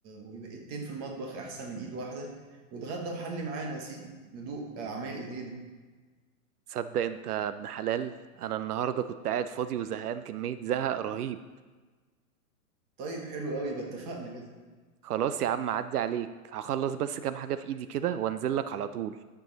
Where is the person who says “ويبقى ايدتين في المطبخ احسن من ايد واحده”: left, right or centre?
Right